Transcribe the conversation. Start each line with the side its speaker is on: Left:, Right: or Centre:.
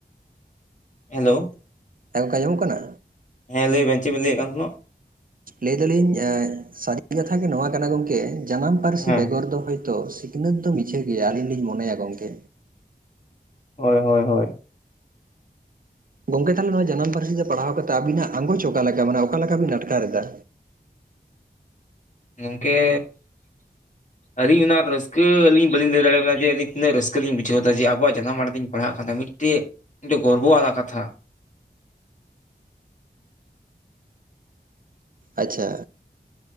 Left: ᱦᱮᱞᱳ
Right: ᱦᱮᱸ ᱜᱚᱢᱠᱮ ᱟᱡᱚᱢᱚᱜ ᱠᱟᱱᱟ?
Left: ᱦᱮᱸ ᱞᱟᱹᱭᱵᱤᱱ ᱪᱮᱫ ᱵᱮᱱ ᱞᱟᱹᱭᱮᱫ ᱠᱟᱱ ᱛᱟᱦᱮᱱᱚᱜ?
Right: ᱞᱟᱹᱭᱫᱟᱞᱤᱧ ᱥᱟᱹᱨᱤ ᱠᱟᱛᱷᱟ ᱜᱮ ᱱᱚᱣᱟ ᱠᱟᱱᱟ ᱜᱚᱝᱠᱮ ᱡᱟᱱᱟᱢ ᱯᱟᱹᱨᱥᱤ
Left: ᱦᱮᱸ
Right: ᱵᱮᱜᱚᱨ ᱫᱚ ᱦᱚᱭᱛ ᱛᱚ ᱥᱤᱠᱷᱱᱟᱹᱛ ᱫᱚ ᱢᱤᱪᱷᱟᱹ ᱜᱮᱭᱟ ᱟᱹᱞᱤᱧ ᱞᱤᱧ ᱢᱚᱱᱮᱭᱟ ᱜᱚᱝᱠᱮ
Left: ᱦᱳᱭ ᱦᱳᱭ ᱦᱳᱭ
Right: ᱜᱚᱝᱠᱮ ᱠᱷᱟᱱ ᱱᱚᱭ ᱡᱟᱱᱟᱢ ᱯᱟᱹᱨᱥᱤ ᱛᱮ ᱯᱟᱲᱦᱟᱣ ᱠᱟᱛᱮᱫ ᱟᱵᱤᱱᱟᱜ ᱟᱸᱜᱚᱪ ᱚᱠᱟ ᱞᱮᱠᱟ ᱢᱟᱱᱮ ᱚᱠᱟ ᱞᱮᱠᱟ ᱵᱤᱱ ᱟᱴᱠᱟᱨ ᱮᱫᱟ?
Left: ᱜᱚᱝᱠᱮ ᱟᱹᱞᱤᱧ ᱚᱱᱟ ᱨᱟᱹᱥᱠᱟᱹ ᱟᱹᱞᱤᱧ ᱵᱟᱹᱞᱤᱧ ᱞᱟᱹᱭ ᱫᱟᱲᱮᱭᱟ ᱵᱮᱱᱟ ᱡᱮ ᱛᱤᱱᱟᱜ ᱨᱟᱹᱥᱠᱟᱹ ᱞᱤᱧ ᱵᱩᱷᱟᱹᱣ ᱮᱫᱟ ᱡᱮ ᱟᱵᱚᱣᱟᱜ ᱡᱟᱱᱟᱢ ᱟᱲᱟᱝ ᱛᱤᱧ ᱯᱟᱲᱦᱟᱜ ᱠᱟᱱᱟ ᱢᱤᱫᱴᱮᱱ ᱢᱤᱫᱴᱮᱱ ᱜᱚᱨᱵᱚ ᱟᱱᱟᱜ ᱠᱟᱛᱷᱟ
Right: ᱟᱪᱪᱷᱟ